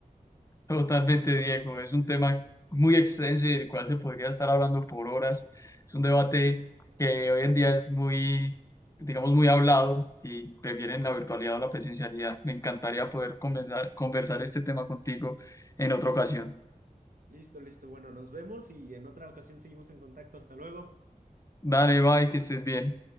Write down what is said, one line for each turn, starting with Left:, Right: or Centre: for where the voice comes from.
Left: <laughs> Totalmente, Diego. Es un tema muy extenso y del cual se podría estar hablando por horas. Es un debate que hoy en día es muy, digamos, muy hablado y prefieren la virtualidad o la presencialidad. Me encantaría poder conversar, conversar este tema contigo en otra ocasión.
Right: Listo, listo. Bueno, nos vemos y en otra ocasión seguimos en contacto. Hasta luego.
Left: Dale, bye, que estés bien.